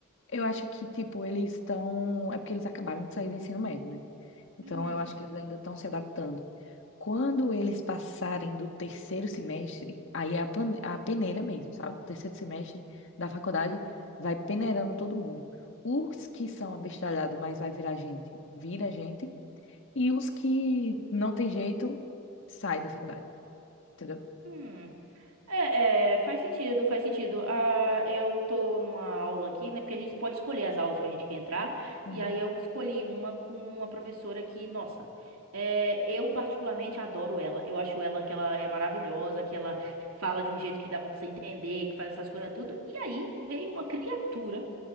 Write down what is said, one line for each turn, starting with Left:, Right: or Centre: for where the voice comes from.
Left: eu acho que, tipo, eles estão. É porque eles acabaram de sair do ensino médio, né? Então,
Right: Hum,
Left: eu acho que eles ainda estão se adaptando. Quando eles passarem do terceiro semestre, aí é a, pan- a peneira mesmo, sabe? Terceiro semestre da faculdade vai peneirando todo mundo. Os que são abestalhados, mas vai virar gente, vira gente. E os que não tem jeito, sai da faculdade, entendeu?
Right: hum. É, é, faz sentido, faz sentido. Ah, eu tô numa aula aqui, né? Porque a gente pode escolher as aulas que a gente quer entrar.
Left: Uhum.
Right: E aí eu escolhi uma com uma professora que, nossa, é, eu particularmente adoro ela. Eu acho ela que ela é maravilhosa, que ela fala de um jeito que dá pra você entender, que faz essas coisas tudo. E aí veio uma criatura.